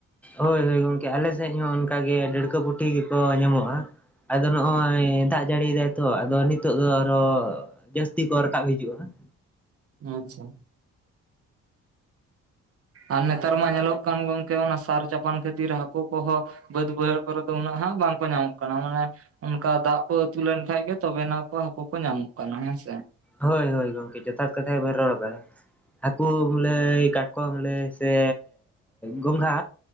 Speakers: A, in the centre; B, on the right.
A: ᱦᱳᱭ ᱦᱳᱭ ᱜᱚᱢᱠᱮ ᱟᱞᱮ ᱥᱮᱫ ᱦᱚᱸ ᱚᱱᱠᱟᱜᱮ ᱰᱟᱹᱲᱠᱟᱹ ᱯᱩᱴᱷᱤ ᱜᱮᱠᱚ ᱧᱟᱢᱚᱜ-ᱟ ᱾ ᱟᱫᱚ ᱱᱚᱜᱚᱭ ᱫᱟᱜ ᱡᱟᱹᱲᱤᱭ ᱮᱫᱟᱭ ᱛᱚ ᱟᱫᱚ ᱱᱤᱛᱚᱜ ᱫᱚ ᱟᱨᱚ ᱡᱟᱹᱥᱛᱤ ᱠᱚ ᱨᱟᱠᱟᱵ ᱦᱤᱡᱩᱜ-ᱟ ᱾
B: ᱟᱪᱪᱷᱟ ᱾ ᱟᱨ ᱱᱮᱛᱟᱨ ᱢᱟ ᱧᱮᱞᱚᱜ ᱠᱟᱱ ᱜᱚᱢᱠᱮ ᱚᱱᱟ ᱥᱟᱨ ᱪᱟᱯᱟᱱ ᱠᱷᱟᱹᱛᱤᱨ ᱦᱟᱠᱳ ᱠᱚᱸᱦᱚᱸ ᱵᱟᱹᱫ ᱵᱟᱹᱭᱦᱟᱹᱲ ᱠᱚᱨᱮ ᱫᱚ ᱩᱱᱟᱹᱜ ᱦᱟᱸᱜ ᱵᱟᱝᱠᱚ ᱧᱟᱢᱚᱜ ᱠᱟᱱᱟ ᱢᱟᱱᱮ ᱚᱱᱠᱟ ᱫᱟᱜ ᱠᱚ ᱟᱹᱛᱩ ᱞᱮᱱᱠᱷᱟᱡ ᱜᱮ ᱛᱚᱵᱮᱱᱟ ᱠᱚ ᱦᱟᱹᱠᱩ ᱠᱚ ᱧᱟᱢᱚᱜ ᱠᱟᱱᱟ ᱦᱮᱸᱥᱮ ᱾
A: ᱦᱳᱭ ᱦᱳᱭ ᱜᱚᱝᱠᱮ ᱡᱚᱛᱷᱟᱛ ᱠᱟᱛᱷᱟ ᱜᱮᱵᱤᱱ ᱨᱚᱲᱫᱟ, ᱦᱟᱠᱩ ᱞᱟᱹᱭ ᱠᱟᱴᱠᱚᱢ ᱞᱟᱹᱭ ᱥᱮ ᱜᱚᱝᱜᱷᱟ